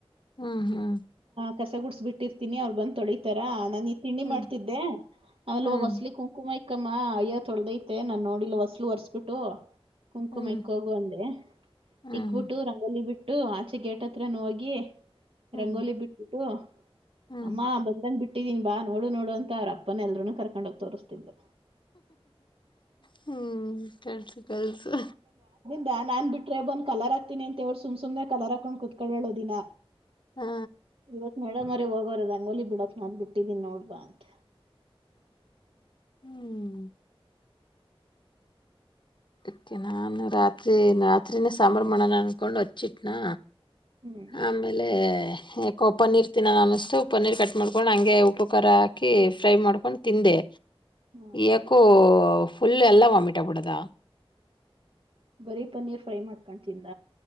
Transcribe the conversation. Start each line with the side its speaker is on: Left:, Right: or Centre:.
Left: ಹ್ಮ್ ಹ್ಮ್
Right: ಕಸ ಗುಡ್ಸ ಬಿಟ್ಟಿರ್ತೀನಿ ಅವ್ರು ಬಂದ್ತೊಳಿತಾರ. ನ ಇಲ್ ತಿಂಡಿ
Left: ಹ್ಮ್
Right: ಮಾಡ್ತಿದ್ದೆ ಆಲ್ಲೋಗ್
Left: ಹ್ಮ್
Right: ಒಸಲಿಗೆ ಕುಂಕುಮ ಇ ಇಕಮ್ಮ ಅಯ್ಯ ತೊಳದೈತೆ ನಾನ್ ನೋಡಿಲ್ಲ ಹೊಸ್ಲು ಒರ್ಸ್ಬಿಟ್ಟು ಕುಂಕುಮ
Left: ಹ್ಮ್
Right: ಇಕ್ಕೋಗು ಅಂದೆ
Left: ಹ್ಮ್
Right: ಇಕ್ಬಿಟ್ಟು ರಂಗಲಿ ಬಿಟ್ಟ್ ಬಿಟ್ಟು ಆಚೆ ಗೇಟ್ ಹತ್ರನ ಹೋಗಿ
Left: ಹ್ಮ್
Right: ರಂಗೋಲಿ ಬಿಟ್ಬಿಟ್ಟು
Left: ಹ್ಮ್
Right: ಅಮ್ಮ ಬಂದಂಗ್ಬಿಟ್ ಇಟ್ಟಿದೀನ್ ಬಾ ನೋಡು ನೋಡು ಅಂತ ಅವ್ರಪ್ಪನ ಎಲ್ಲರುನು ಕರ್ಕೊಂಡೋಗ್ ತೋರಿಸ್ತಿದ್ಲು.
Left: ಹ್ಮ್ ಕಲ್ಸು ಕಲ್ಸು.
Right: ದ ನಾನ್ ಬಿಟ್ರೆ ಬಂದ್ ಕಲರ್ ಆಗ್ತೀನಿ ಅಂತೋಳ್ ಸುಮ್ಸುಮ್ನೆ ಕಲರ್ ಹಾಕೊಂಡ್ ಕುತ್ಕೊಳ್ಳೋಳು ದಿನ.
Left: ಹಾ
Right: ಇವತ್ ಮೇಡಮೋರೆ ಹೋಗೋರೆ ರಂಗೋಲಿ ಬಿಡಕ್ ನಾನು ಬಿಟ್ಟಿದ್ದೀನಿ ನೋಡ್ಬಾ ಅಂತ
Left: ಹ್ಮ್ ಅದ್ಕೆ ನಾನು ರಾತ್ರಿ ರಾತ್ರಿನೆ ಸಾಂಬಾರ್ಮಾಡನ ಅನ್ಕೊಂಡ್ ಹಚ್ಚಿಟ್ನಾ.
Right: ಹ್ಮ್
Left: ಆಮೇಲೆ ಯಾಕೋ ಪನ್ನೀರ್ ತಿನ್ನನ ಅನ್ನಿಸ್ತು ಪನ್ನೀರ್ ಕಟ್ ಮಾಡ್ಕೊಂಡ್ ಹಂಗೆ ಉಪ್ ಪು ಕಾರ ಹಾಕಿ ಫ್ರೈ ಮಾಡ್ಕೊಂಡು ತಿಂದೆ.
Right: ಹಾ
Left: ಯಾಕೋ ಫುಲ್ ಎಲ್ಲ ವಾಮಿಟಾಗ್ಬುಡದ.
Right: ಬರೀ ಪನೀರ್ ಫ್ರೈ ಮಾಡ್ಕೊಂಡ್ತಿಂದ.